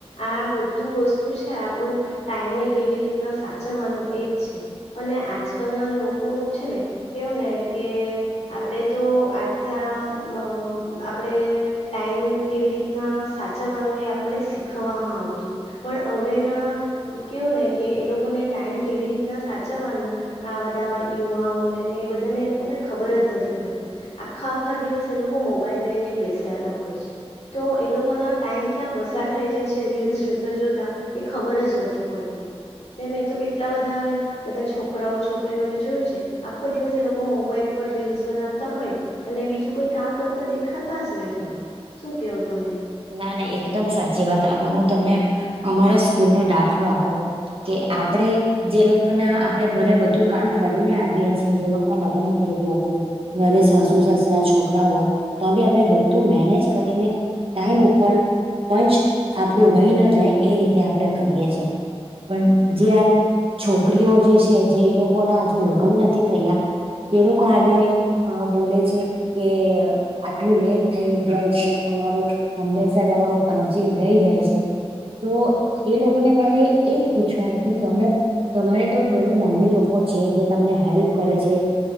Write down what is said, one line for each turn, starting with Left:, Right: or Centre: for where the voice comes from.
Left: આ બધું વસ્તુ છે આપણું ટાઈમને કેવી રીતના સાચવવાનું એ જ છે અને આજકાલના લોકોનું છે ને કેવું ને કે આપણે તો આટલા ન આપણે ટાઈમ કેવી રીતના સાચવવાનું એ આપણને શીખવવામાં આવતું પણ હવેના કેવું ને કે એ લોકોને ટાઈમ કેવી રીતના સાચવવાનો આ બધા યુવાઓને અને એ બધાને એ લોકોને ખબર જ નથી પડતી આખા આખા દિવસ એ લોકો મોબાઈલ લઈને જ બેસેલા હોય છે તો એ લોકોનો ટાઈમ ક્યાં પસાર થઈ જાય છે રીલ્સ જોતા જોતા એ ખબર જ નથી પડતી મેં તો કેટલા બધા બધા છોકરાઓ છોકરીઓને જોયું છે આખો દિવસ એ લોકો મોબાઈલ પર રીલ્સ બનાવતા હોય અને બીજું કોઈ કામ કરતા દેખાતા જ ને હોય શું કયો તમે
Right: ના ના એકદમ સાચી વાત હવે હું તમને અમારા સ્કૂલ નો દાખલો આપું કે આપડે જે લોકો ના આપડે ઘરે બધું કામ કરીને આવીએ છીએ જે લોકો ના લગ્ન થઈ ગયા છે ઘરે સાસુ સસરા છોકરા હોય તો બી આપણે બધું મેનેજ કરીને ટાઈમ ઉપર પંચ આપણું રહી ના જાય એ રીતે આપણે કરીએ છીએ પણ જે આ છોકરીઓ જે છે જે એ લોકો ના હજુ લગ્ન નથી થયા એ લોકો આવી ને અ બોલે છે કે આટલું લેટ થઈ જાય છે અમારું હંમેશા જ અમારું પંચિંગ રહી જાય છે તો એ લોકોને મારે એજ પૂછવાનું કે તમે તમારે તો ધરે મમ્મી લોકો છે જે તમને હેલ્પ કરે છે